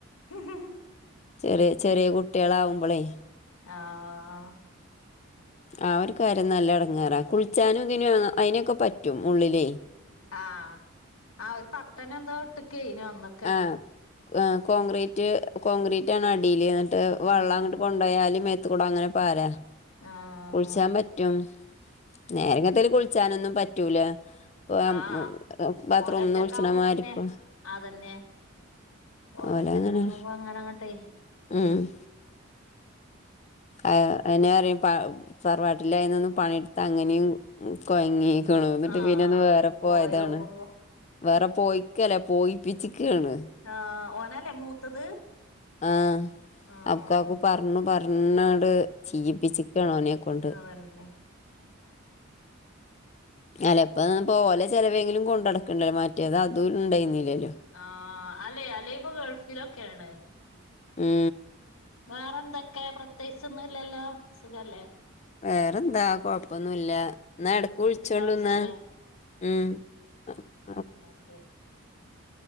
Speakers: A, on the left (about 80°); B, on the left (about 30°).
A: ഹ് ഹ്
B: ചെറി ചെറി കുട്ടീളാവ്മ്പളെ
A: ആഹ്
B: ആഹ് ഒര് കാര്യം നല്ല എട്ങ്ങേറ കുള്ച്ചാനും ഇതിനു അയിനൊക്ക പറ്റും ഉള്ളിലെ
A: ആഹ് ആഹ് ഒരു കർട്ടന് എന്തോ ഇട്ട്ക്കെ അയിന് വന്ന്
B: ആഹ് ആഹ് കോക്രീറ്റ്- കോൺക്രീറ്റാണ് അടീല് ഇന്ന്ട്ട് വള്ളം
A: ഉം
B: അങ്ങ്ട്ട്
A: ഉം
B: കൊണ്ടോയാല് മേത്ത് കുട അങ്ങന പാര
A: ആഹ്
B: കുളിച്ചാൻ പറ്റും നേരെങ്ങത്തല് കുളിച്ചാനൊന്നും പറ്റൂല ഇപ്പം
A: ആഹ്
B: മ് ബാത്റൂമ്ന്ന്
A: ഓല് ഒറ്റക്കാവുമ്പോ
B: കുള്ച്ച്ണ മാരിപ്പം
A: പിന്നെ അതന്നെ ഓല്
B: ഓലങ്ങനെ
A: ഒറ്റക്കാകുമ്പോ അങ്ങനെങ്ങട്ടെ
B: ഉം ആഹ് അയിന് പറയും തറവാട്ടിലായിരുന്ന് പണിയെടുത്താ അങ്ങനെയും- കൊയങ്ങീക്കുണു എന്നിട്ട്
A: ആഹ്
B: പിന്നെ ഒന്ന് വേറെ പോയതാണ്
A: പോയോക്കുമ്പോ
B: വേറെ പോയി- ക്കെല പോയിപ്പിച്ച് ക്കാണ്
A: ആഹ് ഓന് ആണല്ലേ മൂത്തത്
B: ആഹ്
A: ആഹ്
B: അബുകാക്കു പർഞ്ഞു പർഞ്ഞട് ചിയിപ്പിച്ച്ക്കാണ് ഓനെം കൊണ്ട്
A: വന്നെ
B: അല ഇപ്പ ഓല ചെലവേങ്കിലും കൊണ്ടടക്ക്ണ്ടലൊ മറ്റേത് അതും ഇണ്ടയ്ന്നിലലൊ
A: ആഹ് അല്ലെ അല്ലെയിപ്പൊ ഗൾഫിലൊക്കേണ്
B: മ്മ്
A: വേറെന്തൊക്കെ പ്രത്യേയിച്ചൊന്നുല്ലല്ലോ സുഖല്ലേ
B: വേറെന്താ കൊഴപ്പൊന്നുല്ല ഇന്നാ എടക്ക്
A: എന്നാ
B: വിളിച്ചോണ്ടുന്ന്
A: പിന്നെ വിളിച്ചല്ലേ
B: ഉം ആഹ്
A: ഇന്നാ ശെരി മ്മ്